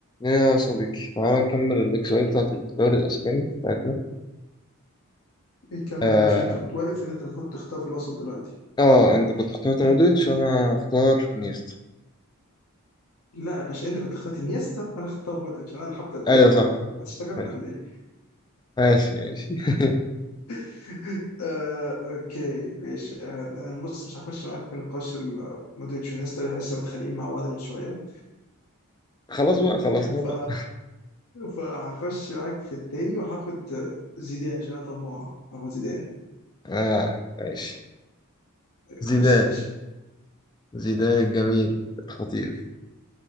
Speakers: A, on the left; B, on the left.
A: ايه يا صديقي تعال نكمل الاكس اي بتاعت الدوري الاسباني بتاعتنا
B: إيه، كمل
A: اه,
B: يا باشا انت كنت واقف ان انت المفروض تختار في الوسط دلوقتي
A: آه انت كنت اخترت مودريتش انا اختار انيستا
B: لا يا باشا انت كنت اخترت انيستا وانا اختار مودريتش انا اللي هبدا الدوري
A: ايوه
B: اللي
A: صح
B: بعده هتشتغلنا
A: ماشي
B: ولا ايه؟
A: ماشي ماشي <laughs>
B: <laughs> آه، اوكي ماشي آه، آه، بص مش هخش معاك في نقاش ال- مودريتش وانيستا اللي احنا لسه متخانقين مع بعض من شويه
A: خلاص بقى خلصنا
B: ف...
A: بقى
B: فهخش معاك في التاني وهاخد زيدان عشان انا طماع هاخد زيدان
A: اه ماشي زيدان
B: خش يا باشا
A: زيدان الجميل الخطير